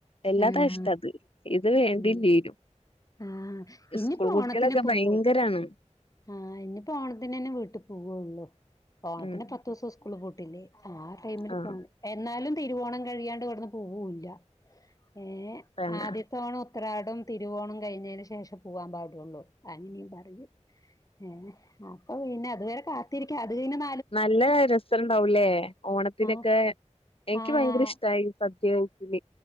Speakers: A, on the left; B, on the left.
A: വല്ലാത്ത
B: ആഹ്
A: കഷ്ടാ അത് ഇത് വേണ്ടില്ലേനു-
B: ഉം ആഹ് ഇനിയിപ്പോ
A: സ്കൂൾ കുട്ടികളൊക്കെ
B: ഓണത്തിന് പോവോ
A: ഭയങ്കരാണ്
B: ആഹ് ഇനിയിപ്പോ ഓണത്തിനന്നെ വീട്ടി പോവൊള്ളു ഓണത്തിന്
A: ഉം
B: പത്തു ദിവസം സ്കൂള് പൂട്ടില്ലേ ആ ടൈമിൽ
A: ആഹ്
B: പോണം എന്നാലും തിരുവോണം കഴിയാണ്ട് ഇവിടുന്ന് പോവൂല്ല ഏ
A: തന്നെ
B: ആദ്യത്തെ ഓണം ഉത്രാടും തിരുവോണും കഴിഞ്ഞതിന് ശേഷേ പോവാൻ പാടുള്ളൂ അങ്ങനെയും പറയും ഏ അപ്പൊ പിന്നെ അതുവരെ കാത്തിരിക്കാ അത് കഴിഞ്ഞ-
A: നല്ല രസം ഇണ്ടാവുല്ലേ ഓണത്തിനൊക്കെ-
B: ആഹ്
A: എനിക്ക്
B: ആഹ്
A: ഭയങ്കര ഇഷ്ടമായി സദ്യകഴിക്കല്